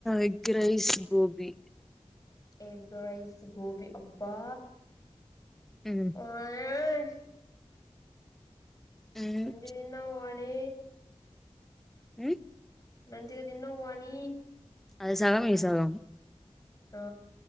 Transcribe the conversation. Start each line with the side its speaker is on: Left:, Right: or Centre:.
Centre: egg rice gobi
Left: egg rice gobi అబ్బా
Centre: ఉ
Left: ఓయ్
Centre: ఉమ్,
Left: మంచిగ తిన్నావా మరి
Centre: ఉ
Left: మంచిగా తిన్నవాని
Centre: అది సగం ఇది సగం
Left: ఆ